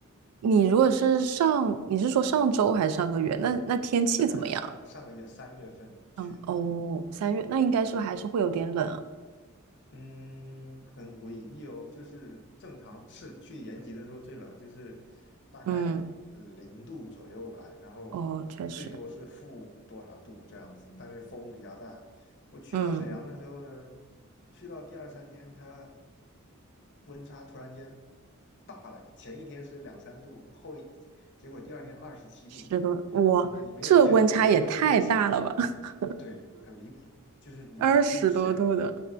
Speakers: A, on the right; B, on the left.
A: 你如果是上，你是说上周还是上个月？那那天气怎么样？
B: 呃，上上个月三月份去的。
A: 嗯，哦，三月，那应该是不是还是会有点冷啊
B: 嗯，很诡异哦，就是正常是去延吉的时候最冷，就是大概呃零度左右吧，
A: 嗯，
B: 然后最多是负多少度这样子，
A: 哦，确实，
B: 但是风比较大。我去到沈阳的时候呢，
A: 嗯。
B: 去到第二三天，它温差突然间大了，前一天是两三度，后一结果第二天二十七度，
A: 十多，哇，
B: 你你没有见过，
A: 这温差也太大了吧！
B: 你没有见过沈阳。
A: <laughs>
B: 啊对，很离谱，就是你没，
A: 二十多度的，
B: 就是沈